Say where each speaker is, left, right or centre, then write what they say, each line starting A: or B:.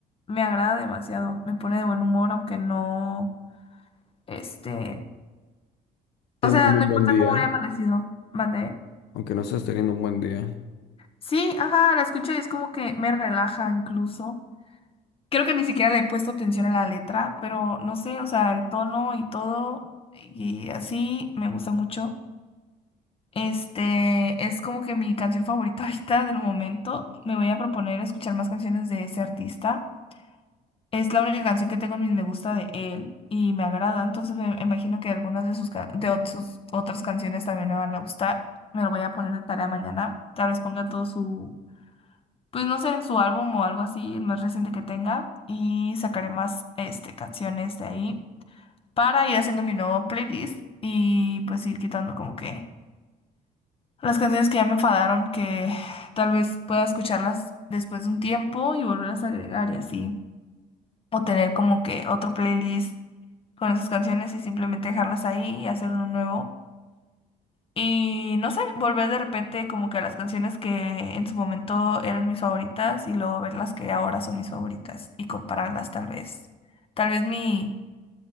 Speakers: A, on the left (about 35°); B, on the left (about 80°).
A: me agrada demasiado. Me pone de buen humor, aunque no, este,
B: Teniendo
A: o sea, no
B: un
A: importa
B: buen día,
A: cómo haya amanecido. Mandé.
B: aunque no estés teniendo un buen día.
A: Sí, ajá, la escucho y es como que me relaja incluso. Creo que ni siquiera le he puesto atención a la letra, pero no sé, o sea, el tono y todo, y así me gusta mucho. Este es como que mi canción favorita <laughs> ahorita del momento. Me voy a proponer escuchar más canciones de ese artista. Es la única canción que tengo en mis me gusta de él y me agrada, entonces me imagino que algunas de sus, ca- de ot- sus otras canciones también me van a gustar. Me lo voy a poner de tarea mañana. Tal vez ponga todo su pues no sé, su álbum o algo así, el más reciente que tenga, y sacaré más este, canciones de ahí para ir haciendo mi nuevo playlist y pues ir quitando como que las canciones que ya me enfadaron, que tal vez pueda escucharlas después de un tiempo y volverlas a agregar y así, o tener como que otro playlist con esas canciones y simplemente dejarlas ahí y hacer uno nuevo. Y no sé, volver de repente como que a las canciones que en su momento eran mis favoritas y luego ver las que ahora son mis favoritas y compararlas tal vez. Tal vez mi,